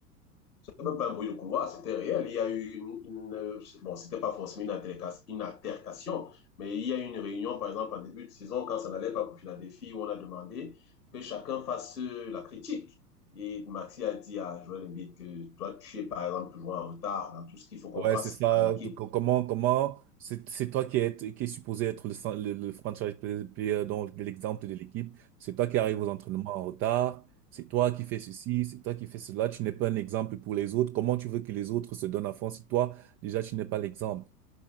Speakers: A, on the left; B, on the right.
A: même pas un bruit de couloir, c'était réel. Il y a eu une, une bon, c'était pas forcément une altercation, une altercation, mais il y a eu une réunion, par exemple, en début de saison, quand ça n'allait pas pour Philadelphie, où on a demandé que chacun fasse la critique. Et Maxi a dit à Joël Embiid que toi, tu es, par exemple, toujours en retard dans tout ce qu'il faut qu'on
B: Ouais,
A: fasse
B: c'est ça.
A: en équipe.
B: Donc, co- Comment, comment, c'est c'est toi qui es, qui est supposé être le, cen- le, le franchise play- player, donc de l'exemple de l'équipe. C'est toi qui arrives aux entraînements en retard. C'est toi qui fais ceci, c'est toi qui fais cela. Tu n'es pas un exemple pour les autres. Comment tu veux que les autres se donnent à fond si toi, déjà, tu n'es pas l'exemple